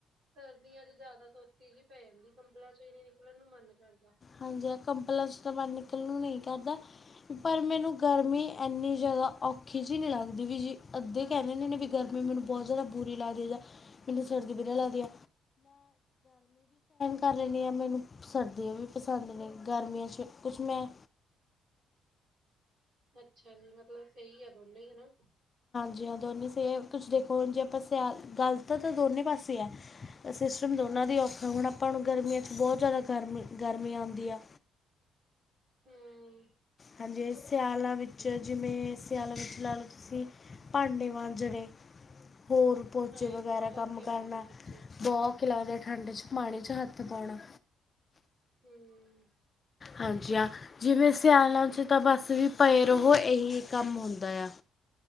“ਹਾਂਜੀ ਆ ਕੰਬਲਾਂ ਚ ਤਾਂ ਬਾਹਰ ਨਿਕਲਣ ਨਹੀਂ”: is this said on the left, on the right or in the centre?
Left